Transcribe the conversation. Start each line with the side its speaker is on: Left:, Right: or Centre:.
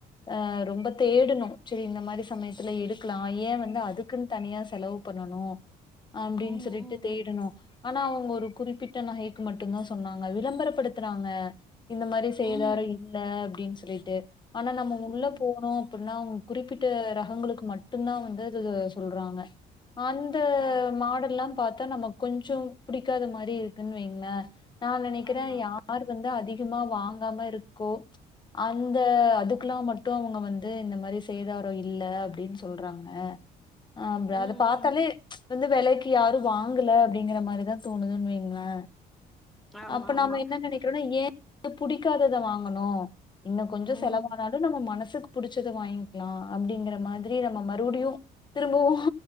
Left: அ ரொம்ப தேடுணு செரி இந்த மாரி சமயத்துல எடுக்லா ஏ வந்து அதுக்குன் தனியா செலவு பண்ணனு அப்டின்
Centre: ம்
Left: சொல்லிட்டு தேடுணு ஆனா அவ் ஒரு குறிப்பிட்ட
Centre: ம்
Left: நகைக் மட்டுந்தா சொன்னாங்க விளம்பரப்படுத்துறாங்க இந்த மாரி செய்தாரி
Centre: ம்
Left: அ அப்டின் சொல்லிட்டு ஆனா நம்ம உள்ள
Centre: ம்
Left: போனோ புட்னா அவுங் குறிப்பிட்ட ரகங்களுக்கு மட்டுந்தா வந்து இது சொல்றாங்க அந்த
Centre: ஆ
Left: மாடல்லா பாத் த நம்ம கொஞ்சோ புடிக்காத மாரி இருக்குன் வைங்ள நா நனக்கிற
Centre: ஆமா
Left: யார் வந்து அதிக கிமா வாங்காம இருக் கோ அந்த அதுக்லா மட்டு அவுங்க வந்து இந்த மாரி சேதாரோ இல்ல அப்டின் சொல்றாங்க அ அப்ற
Centre: ம்
Left: அத பாத்தாலே
Centre: ம்
Left: வந்து வெலக்கி யாரு வாங்குல அப்டிங்கிற மாரிதா தோணுதுன் வைங்ளே
Centre: ஆமா
Left: அப்ப
Centre: ஆமா
Left: நாம என்ன நெனைக்கிறோன்னா ஏ புடிக்காதத வாங் அனு இன்னு கொஞ்ச
Centre: ம்
Left: செலவானாலு நம்ம மனசுக் புடிச்சத வாய்ங்கலா அப்பிடிங்கிற மாதிரி நம்ம மறுபடியு திரும்பவு